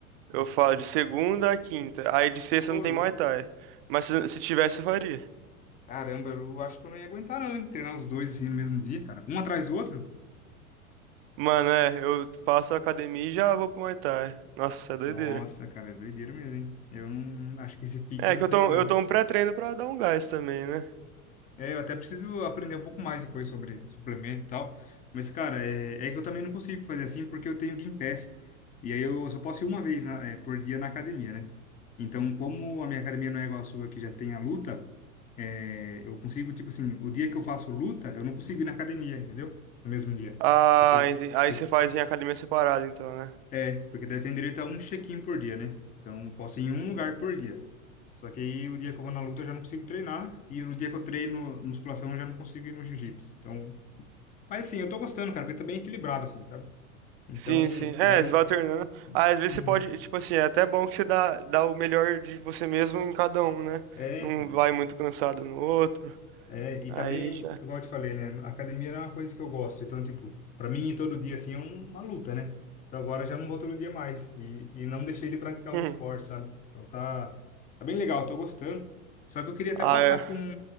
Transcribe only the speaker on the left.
Ô,
louco.
Caramba, eu acho que eu não ia aguentar não, hein? Treinar os dois assim no mesmo dia, cara. Um atrás do outro?
Nossa, cara, é doideira mesmo, hein? Eu não acho que esse pique
eu não
tenho,
não.
É, eu até preciso aprender um pouco mais depois sobre suplemento e tal. Mas, cara, é, é que eu também não consigo fazer assim porque eu tenho Gympass. E aí eu só posso ir uma vez na- é, por dia na academia, né? Então, como a minha academia não é igual a sua, que já tem a luta, é, eu consigo, tipo assim, o dia que eu faço luta, eu não consigo ir na academia, entendeu? No mesmo dia.
Porque eu,
eu
É, porque daí eu tenho direito a um check-in por dia, né? Então, eu posso ir em um lugar por dia. Só que aí, o dia que eu vou na luta, eu já não consigo treinar. E no dia que eu treino musculação, eu já não consigo ir no jiu-jitsu. Então, mas assim, eu tô gostando, cara, porque tá bem equilibrado, assim, sabe? Então,
era um...
Uhum.
É,
então.
É, e
também,
igual eu te falei, né? a Academia é uma coisa que eu gosto. Então, tipo, para mim, ir todo dia, assim, é um, uma luta, né? Então, agora eu já não vou todo dia mais. E, e não deixei de praticar
um esporte, sabe? Então, tá, tá bem legal, tô gostando. Só que eu queria até
passar
com...